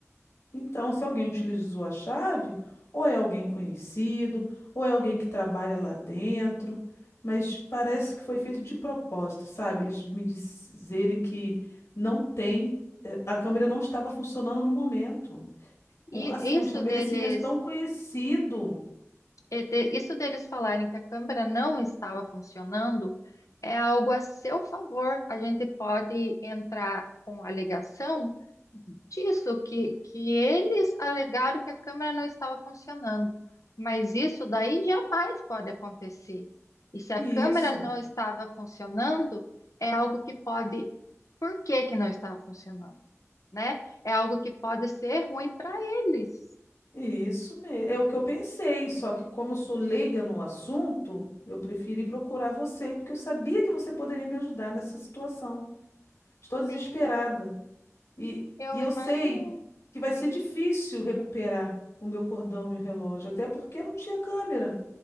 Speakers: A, on the left (about 65°); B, on the left (about 80°).
A: Então, se alguém utilizou a chave, ou é alguém conhecido, ou é alguém que trabalha lá dentro, mas parece que foi feito de propósito, sabe? Eles me dizerem que não tem, eh, a câmera não estava funcionando no momento.
B: E
A: Um- assim, um
B: isso
A: estabelecimento
B: deles
A: tão conhecido.
B: E de- Isso deles falarem que a câmera não estava funcionando é algo a seu favor. A gente pode entrar com alegação disso, que, que eles alegaram que a câmera não estava funcionando. Mas isso daí jamais pode acontecer. E se a
A: Isso,
B: câmera não estava funcionando, é algo que pode. Por que que não estava funcionando? Né? É algo que pode ser ruim para eles.
A: isso mesmo. É o que eu pensei, só que como eu sou leiga no assunto, eu preferi procurar você, porque eu sabia que você poderia me ajudar nessa situação. Estou desesperada.
B: Sim,
A: E,
B: eu
A: e eu
B: imagino.
A: sei que vai ser difícil recuperar o meu cordão e o relógio, até porque não tinha câmera.